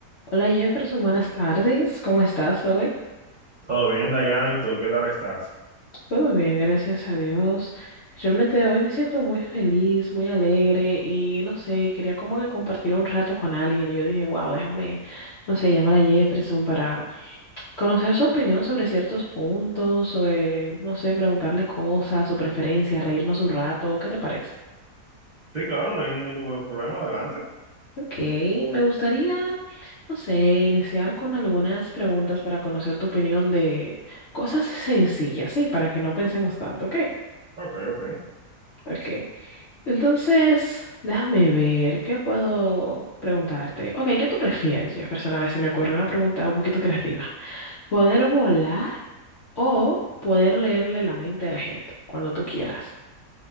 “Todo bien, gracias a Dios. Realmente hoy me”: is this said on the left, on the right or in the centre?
Left